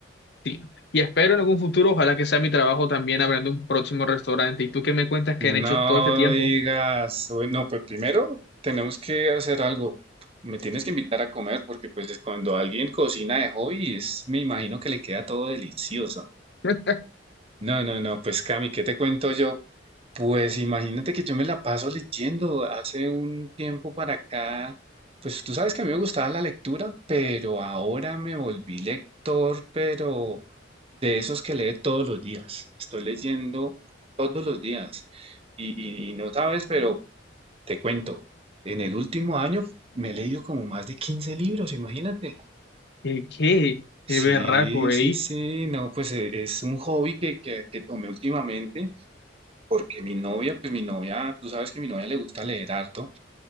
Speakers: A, on the left; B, on the right.
A: sí. Y espero en algún futuro, ojalá que sea mi trabajo también abriendo un próximo restaurante. ¿Y tú qué me cuentas que
B: No
A: han hecho todo este tiempo?
B: digas, bueno, pues primero tenemos que hacer algo. Me tienes que invitar a comer porque pues cuando alguien cocina de hobby, es, me imagino que le queda todo delicioso.
A: <laughs>
B: No, no, no, pues Cami, ¿qué te cuento yo? Pues imagínate que yo me la paso leyendo hace un tiempo para acá. Pues tú sabes que a mí me gustaba la lectura, pero ahora me volví lector, pero de esos que lee todos los días. Estoy leyendo todos los días. Y, y- y no sabes, pero te cuento, en el último año me he leído como más de 15 libros, imagínate.
A: ¿Qué, qué,
B: Sí,
A: qué berraco, eh?
B: sí, sí, no, pues e- es un hobby que, que, que tomé últimamente porque mi novia, pues mi novia, tú sabes que a mi novia le gusta leer harto,